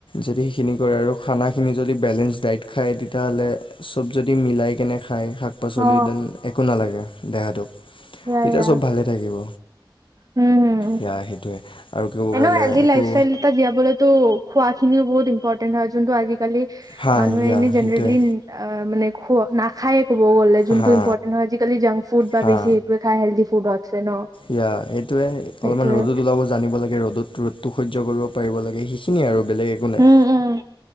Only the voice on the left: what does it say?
যদি সেইখিনি কৰে আৰু খানাখিনি যদি বেলেঞ্চ ডাইট খায় তেতিয়াহ'লে চব যদি মিলাই কেনে খায় শাক পাচলি
দেন একো নেলাগে দেহাটোক,
তেতিয়া
চব ভালে থাকিব।
ইয়া সেইটোৱে। আৰু ক'ব
গ'লে
একো
হা
ইয়া
সেইটোৱে
হা
হা
ইয়া এইটোয়ে
অলপমান ৰ'দত ওলাব জানিব লাগে ৰ'দত ৰ'দটো সহ্য কৰিব পাৰিব লাগে সেইখিনিয়ে আৰু বেলেগ একো নাই